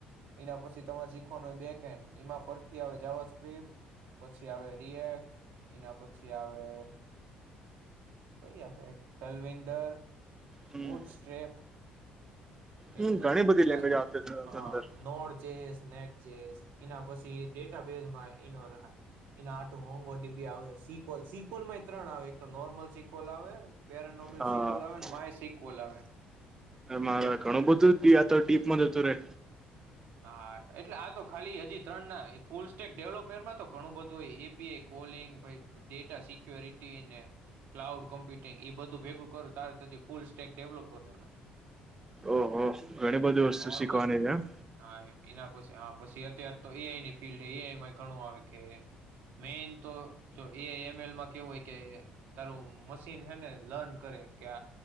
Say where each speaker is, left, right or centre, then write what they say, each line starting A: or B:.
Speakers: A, on the right (about 75°); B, on the right (about 15°).
A: એના પછી તમારે શીખવાનું હોય બેક હન્ડ એમાં ફરથી આવે જાવ સ્ક્રિપ્ટ પછી આવે રિએક્ટ એના પછી આવે કઈ આવે ટલવન્ડર
B: હમ
A: બુટ સ્રેપ
B: હમ
A: એટલું
B: ઘણી
A: હવે
B: બધી
A: એના
B: લેંગ્વેજ આવતી
A: હ
B: અંદર
A: નોળ જે સ્નેક એના પછી ડેટા બેેઝમાં નો એનો એના આટું મોંઘો ડડીબી આવે સિકલ સિકોલમાં ત્રણ આવે એક તો નોર્મલ સિકલ આવે પેરાનોમલ
B: હા
A: સિકોલ આવે ને માય સિકવલ આવે
B: મારા ઘણું
A: એમ
B: બધું તો ડીપમાં જતું રે
A: હા એટલે આ તો ખાલી હજી ત્રણ ના ફૂલ સ્ટેક ડેવલોપમેન્ટમાં તો ઘણું બધું હોય API calling data security cloud computing એ બધું ભેગું કરું ત ફૂલ સ્ટેક ડેવલોપ કરવાનો
B: ઓહ ઓહ ઘણી બધી વસ્તુ
A: નોર્મલ
B: શીખવાની છે એમ
A: હા એના પછી હા પછી અત્યારે તો એઆઈની ફિલ્ડ એઆઈમાં ઘણું આવે કે મેન તો જો એ એમ એલમાં કેવું હોય કે તારું મશીન છે ને લર્ન કરે કે